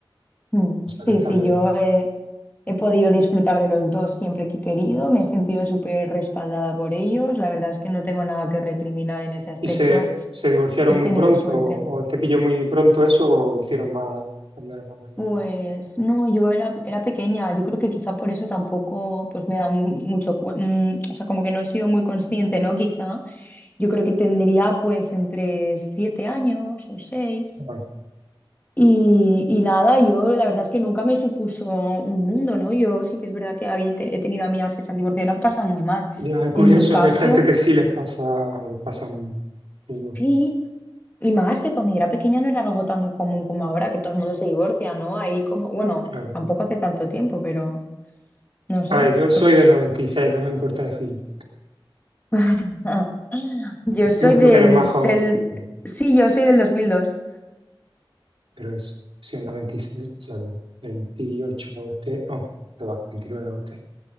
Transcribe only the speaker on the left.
Mm,
Sí,
sí,
yo he, he podido disfrutar de los dos siempre que he querido, me he sentido súper respaldada por ellos, la verdad es que no tengo nada que recriminar en ese aspecto,
he tenido
suerte.
Pues no, yo era, era pequeña, yo creo que quizá por eso tampoco pues me da mu- mucho, cuen- mm, o sea, como que no he sido muy consciente, ¿no? Quizá yo creo que tendría pues entre siete años o seis.
Y, y nada, yo la verdad es que nunca me supuso un mundo, ¿no? Yo sí que es verdad que habí- te- he tenido amigas que se han divorciado y lo han pasado muy mal.
En mi caso,
sí, y más que cuando yo era pequeña no era algo tan común como ahora, que todo el mundo se divorcia, ¿no? Ahí como, bueno,
tampoco hace tanto tiempo, pero no sé,
pues
<laughs> yo soy
del,
del,
sí, yo soy del dos mil dos.